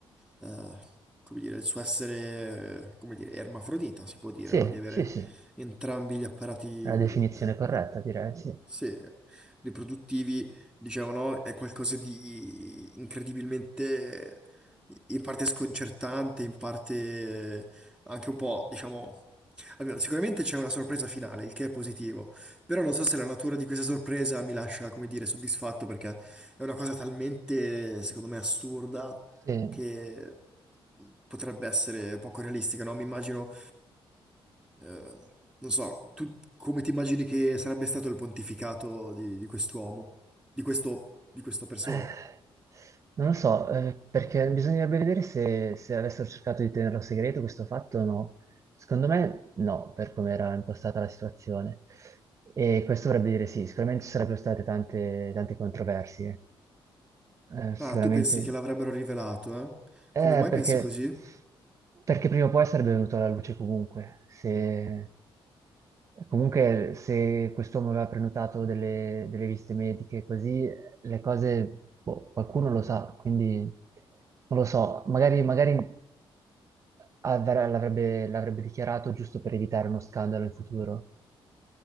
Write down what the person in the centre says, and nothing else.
eh, come dire, il suo essere, eh, come dire, ermafrodita, si può dire,
no? Di avere
entrambi gli apparati,
eh,
sì, riproduttivi, diciamo, no? È qualcosa di incredibilmente, in parte sconcertante, in parte anche un po', diciamo, almeno sicuramente c'è una sorpresa finale, il che è positivo, però non so se la natura di questa sorpresa mi lascia, come dire, soddisfatto perché è una cosa talmente, secondo me, assurda
che potrebbe essere poco realistica, no? Mi immagino eh, non so, tu come ti immagini che sarebbe stato il pontificato di, di quest'uomo, di questo, di questa persona?
Ah, tu pensi che l'avrebbero rivelato, eh? Come
mai
pensi così?